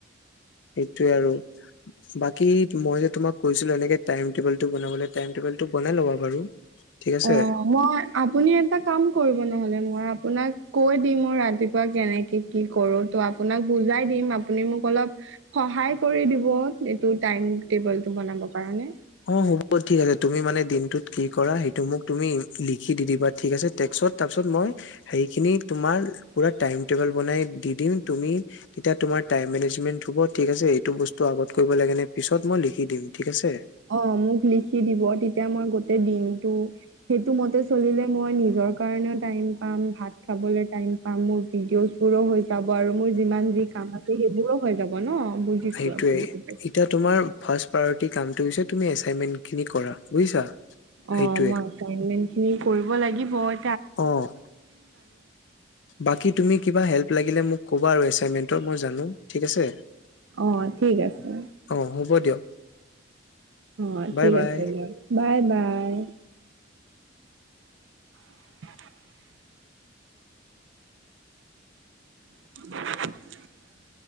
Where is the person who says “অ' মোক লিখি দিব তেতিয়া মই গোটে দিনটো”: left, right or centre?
Right